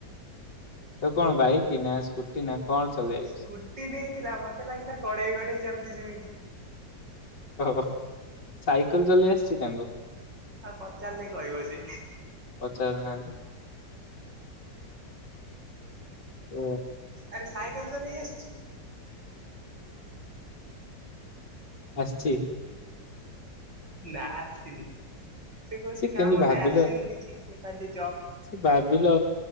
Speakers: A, on the left; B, on the right.
A: ଆଉ କଣ ବାଇକ କି ନା ସ୍କୁଟି ନା କଣ ଚଲେଇ ଆଇଛି?
B: ସ୍କୁଟି ନେଇଥିଲା ମତେ ଲାଗିଲା ଗଡେଇ ଗଡେଇ ଯାଉଛି ଯେମିତି
A: ଓ ସାଇକେଲ ଚଲେଇ ଆସିଛି ତାଙ୍କୁ
B: ଆଉ ପଚାରିଲେ କହିବ ସେ
A: ପଚାରୁନାହାନ୍ତି। ହ।
B: ଆରେ ସାଇକେଲ ଚଲେଇ ଆସଛି?
A: ଆସଛି?
B: ନା ଆସିିନି। ସେ କହୁଛି
A: କେମିତି
B: ନା ମତେ
A: ଭାବିଲ
B: ଆସେନି କିଛି। ସେ କାଲି
A: ସେ ଭାବିଲ,